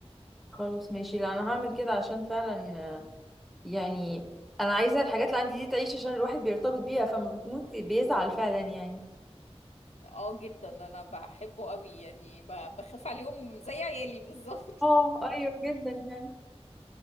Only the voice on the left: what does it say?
اه جدا انا بحبه قوي يعني ب- بخاف عليهم زي عيالي بالظبط